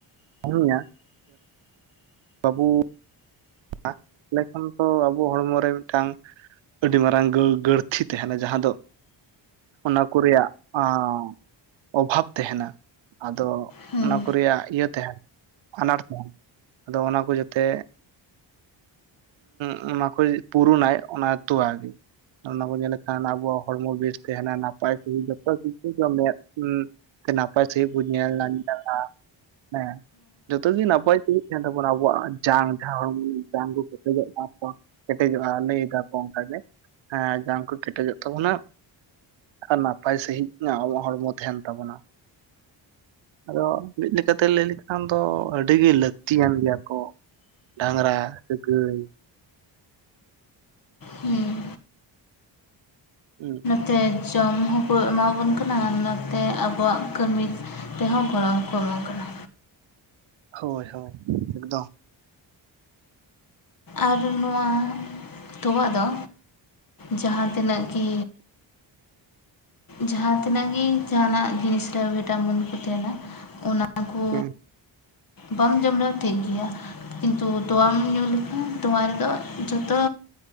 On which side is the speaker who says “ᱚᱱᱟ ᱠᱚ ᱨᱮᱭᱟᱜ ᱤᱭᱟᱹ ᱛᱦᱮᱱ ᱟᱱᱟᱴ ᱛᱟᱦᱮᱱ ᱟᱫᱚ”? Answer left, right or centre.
Right